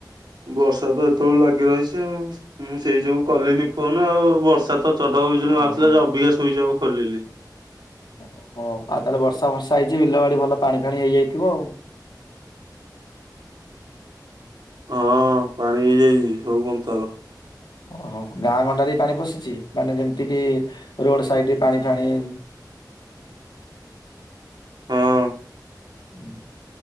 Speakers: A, on the right; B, on the left.
A: ବର୍ଷା ତ ଏତେବେଳ ଲାଗି ରହିଛି ଆଉ। ମୁଁ ସେଇ ଯଗୁ କଲିନି ଫୋନ ଆଉ ବର୍ଷା ତ ଚଟକ ବିଜୁଳି
B: ଓହୋ
A: ମାରୁଥିଲା ଯେ ଅବିକା ସ୍ୱିଚ ଅଫ ଖୋଲିଲି।
B: ଓହୋ ଆଉ ତାହେଲେ ବର୍ଷା ବର୍ଷା ହେଇଛି ବିଲ ବାଡି ଭଲ ପାଣି ଫାଣି ହେଇଯାଇଥିବ ଆଉ।
A: ହଁ ପାଣି ହେଇଯାଇଛି ସବୁ ପନ୍ଥାର।
B: ଓହୋ ଗାଁ ଗଣ୍ଡାରେ ପାଣି ପଶିଛି ମାନେ ଯେମତି କିି ରୋଡ ସାଇଡରେ ପାଣି ଫାଣି।
A: ହଁ।
B: ହୁଁ